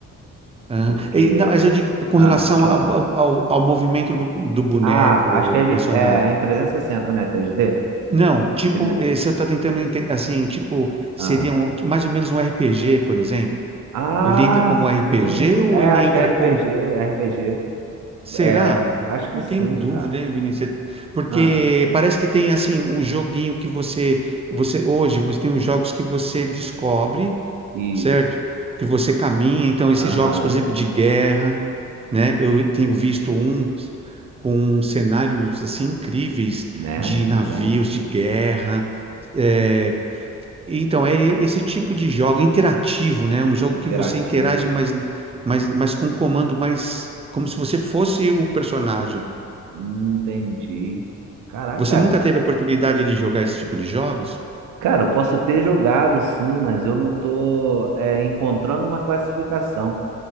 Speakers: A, on the right; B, on the right.
A: Ah,
B: porque,
A: e- não, mas eu digo com
B: ah,
A: relação
B: pode falar.
A: a- ao, ao, ao movimento do, do boneco,
B: Ah, acho que
A: do
B: é, de-
A: personagem.
B: é em 360, né? 3D?
A: Não, tipo,
B: Ele-
A: eh, se eu estou tentando enten- assim, tipo,
B: ah.
A: seria um- mais ou menos um RPG, por exemplo.
B: Ah,
A: Ele entra como
B: sim.
A: RPG ou
B: É,
A: ele
B: acho
A: entra
B: que é RPG,
A: como
B: RPG.
A: Será?
B: É, acho que
A: Eu
B: sim,
A: tenho dúvida,
B: cara.
A: hein, Vinícius? Porque
B: Ah,
A: parece que tem assim o joguinho que você, você hoje você tem os jogos que você descobre,
B: isso.
A: certo? Que você caminha. Então esses
B: Aham.
A: jogos, por exemplo, de guerra, né? Eu tenho visto uns com cenários assim incríveis
B: Né,
A: de
B: muito
A: navios
B: bom.
A: de guerra, eh, então, é esse tipo de jogo interativo, né? Um jogo
B: Interativo.
A: que você interage, mas, mas, mas com um comando mais como se você fosse o personagem.
B: Hum, entendi. Caraca,
A: Você
B: cara.
A: nunca teve a oportunidade de jogar esse tipo de jogos,
B: Cara, eu posso ter jogado sim, mas eu não tô é, encontrando uma classificação,